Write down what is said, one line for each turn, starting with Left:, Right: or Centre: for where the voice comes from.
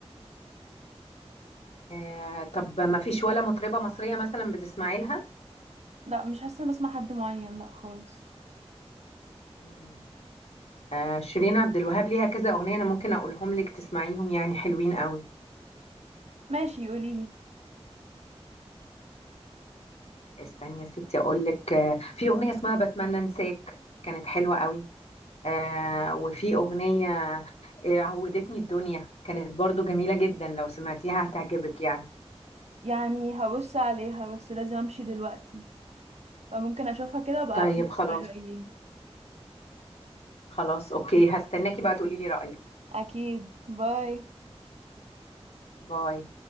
Left: آه طب ما فيش ولا مطربة مصرية مثلا بتسمعي لها
Right: لا مش حاسة إني بسمع حد معين لا خالص
Left: مم. آه شيرين عبد الوهاب ليها كذا أغنية أنا ممكن أقولهم لك تسمعيهم يعني حلوين قوي
Right: ماشي قوليلي
Left: استني يا ستي أقول لك آه في أغنية اسمها بتمنى أنساك كانت حلوة قوي آه وفي أغنية آه عودتني الدنيا كانت برضو جميلة جدا لو سمعتيها هتعجبك يعني
Right: يعني هبص عليها بس لازم امشي دلوقتي فممكن اشوفها كده وابقى
Left: طيب
Right: اقولك
Left: خلاص
Right: رأيي ايه.
Left: خلاص أوكي هستناكي بقى تقولي لي رأيك
Right: اكيد باي
Left: باي